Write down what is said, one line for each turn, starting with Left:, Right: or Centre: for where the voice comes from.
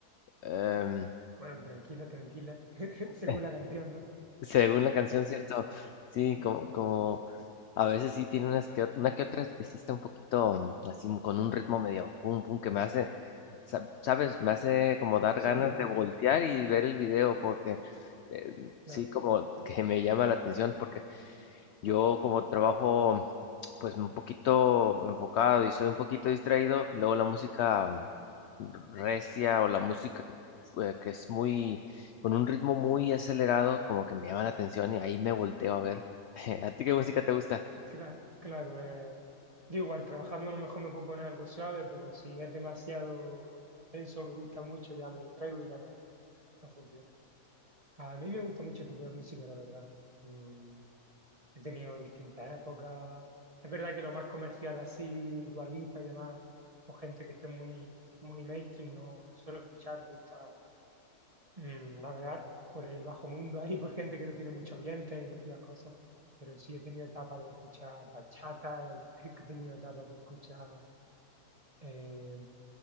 Left: em,
Right: bueno, tranquila, tranquila, <laughs> según
Left: <laughs>
Right: la canción, ¿no?
Left: Según la canción,
Right: Pero
Left: ¿cierto? Sí, como, como a veces sí tiene unas que, ot- una que otra que sí está un poquito mm, así m- con un ritmo medio pum pum que me hace, sa- ¿sabes? Me hace como dar
Right: sí,
Left: ganas
Right: mm,
Left: de voltear y ver el video porque eh,
Right: claro,
Left: sí como que me llama la atención porque yo como trabajo pues un poquito enfocado y soy un poquito distraído, luego la música recia o la música eh, que es muy, con un ritmo muy acelerado, como que me llama la atención y ahí me volteo a ver. <laughs> ¿A ti qué música te gusta?
Right: cla- claro. eh, yo igual, trabajando a lo mejor me puedo poner algo suave, pero si es demasiado intenso, me gusta mucho, ya me distraigo y ya no, no funciona. A mí me gusta mucho el tipo de música, la verdad. Mm, He tenido distintas épocas. Es verdad que lo más comercial así, Dua Lipa y demás, o gente que esté muy, muy mainstream, no, no suelo escuchar. Me gusta mm, navegar por el bajo mundo ahí, <laughs> por gente que no tiene muchos oyentes y metidas cosas. Pero sí he tenido etapas de escuchar bachata, <laughs> he he tenido etapas de escuchar eh,